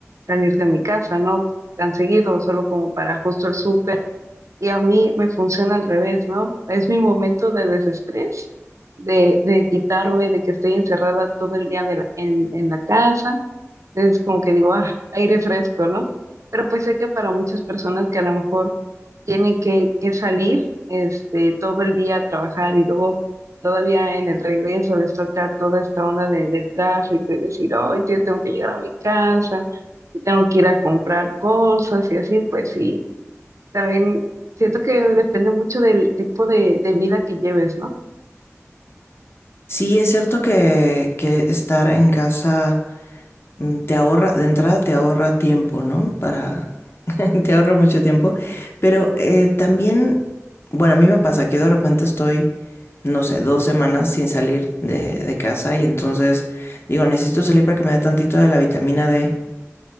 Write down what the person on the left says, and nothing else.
Sí, es cierto que, que estar en casa mm, te ahorra, de entrada te ahorra tiempo, ¿no? Para, <laughs> te ahorra mucho tiempo, pero eh, también, bueno, a mí me pasa que de repente estoy, no sé, dos semanas sin salir de, de casa y entonces digo, necesito salir para que me dé tantito de la vitamina D